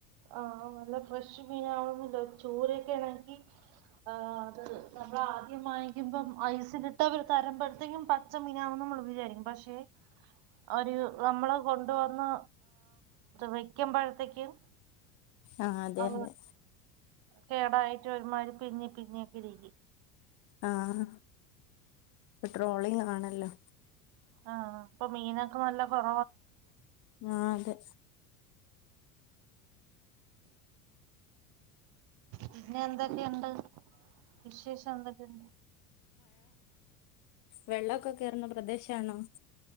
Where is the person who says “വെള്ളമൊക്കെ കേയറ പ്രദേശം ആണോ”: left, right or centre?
Left